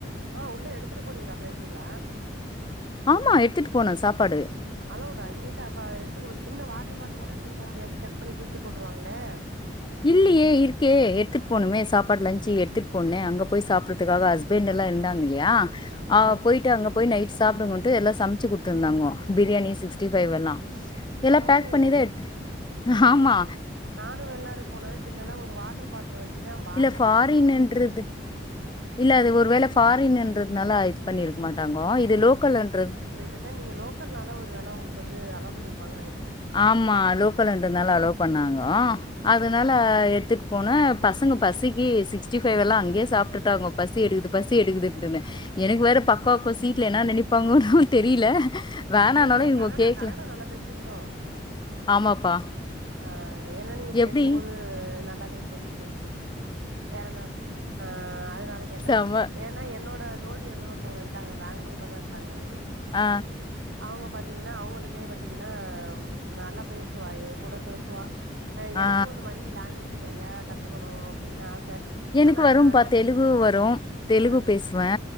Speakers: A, on the right; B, on the left.
A: அ உள்ள எடுத்துட்டு போனீங்ளா ஃப்ளைட் உள்ள
B: ஆமா எடுத்துட்டு போன சாப்பாடு
A: அலோவுடா இங்கந்து அப்ப எடுத்துக்குடு சின்ன வாட்ரு பாட்லு கூட எடுத்துட்டு போமுடியாது செக் பண்ணி தூக்கி போட்டுருவாங்ளே
B: இல்லியே இருக்கே எடுத்துட் போனமே சாப்பாட் லஞ்சு எடுத்துட் போனனே அங்க போய் சாப்பறத்துக்காக ஹஸ்பண்ட்லா இருந்தாங்க இல்லயா
A: ஆ
B: அ போயிட்டு அங்க போய் நைட் சாப்டுங்கோன்ட்டு எல்லா சமைச்சி குடுத்துருந்தாங்கோ பிரியாணி சிக்ஸ்டி ஃபைவெல்லா எல்லா
A: பரவாயில்லையே
B: பேக் பண்ணிதா எட்த்து ஆமா
A: நானு வெள்நாடு போனே சின்னதா ஒரு வாட்ரு பாட்லு வச்சுட்ட பாட்ல
B: இல்ல ஃபாரின்ன்றது
A: மொதக்கொண்டு வீசிட்டாங்க
B: இல்ல அது ஒரு வேள ஃபாரின்னுன்றதுனால இது பண்ணிர்க்க மாட்டாங்கோ இது லோக்கல்ன்றது
A: டுக்கா நீங்க லோக்கல்னால ஒரு வேள ஒங்குளுக்கு வந்து அலோ பண்ணிருப்பாங்கனு நெனைக்கிற
B: ஆமா லோக்கலுன்றனால அலோ பண்ணாங்கோ
A: ஆ
B: அதுனால எடுத்துட் போன பசங்க பசிக்கு சிக்ஸ்டி ஃபைவ் எல்லா அங்கயே சாப்ட்டுட்டாங்கோ பசி எடுக்குது பசி எடுக்குதுட்டுனு எனக்கு வேற பக்கோக்கு சீட்ல என்ன நெனைப்பாங்கோன்னு தெரில வேணானாலு
A: நீங்க
B: இவுங்க
A: கனடா
B: கேக்கல
A: கனடா நல்லா பேசுவீங்களோ
B: ஆமாப்பா
A: ஆ ஏன்னா நீங்க பேசும்போது
B: எப்டி
A: நல்லாவே தெரியுது எனக்கு ஏன நா ஆ அதனால கேட்டே
B: செம
A: ஏன் னா என்னோட தோழி வந்து ஒருத்தவங்க இருக்காங்க பேங்ளூர்லதா இருக்காங்க ம்
B: ஆ
A: அவங்க பாத்தீங்கன்னா அவங்களுமே பாத்தீங்கன்னா நல்லா பேசுவா ஏ கூட பேசுவா அ
B: ஆ
A: எனக்கு இந்த மாரி லாங்குவேஜ் நெறையா கத்துக்கணு அப்டின்னு ஆச
B: எனக்கு
A: ஆனா
B: வரும்
A: அந்த
B: பா தெலுங்கு
A: டைம்
B: வரும் தெலுங்கு
A: ஆ.
B: பேசுவே